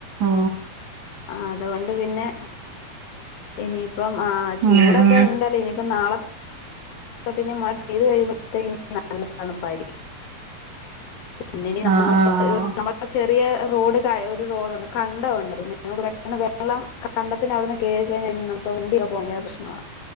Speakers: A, on the right; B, on the left.
A: ആ
B: ആ അതുകൊണ്ട് പിന്നെ ഇനിയിപ്പം ആ ചൂടൊക്കെ
A: ഉം ഉം
B: ഇണ്ടല്ലോ ഇനിയിപ്പം നാളെ <unintelligible> <unintelligible>
A: ആഹ് ആഹ്
B: ചെറിയ റോഡ് കഒരു റോഡുണ്ട് കണ്ടവുണ്ട് പെട്ട വെള്ളം കണ്ട ത് ന് അവിട്ന്ന് കെറിക്കഴിഞ്ഞ നമുക്ക് ഉണ്ടിയൊക്കെ ഭയങ്കര പ്രശ്നമാണ്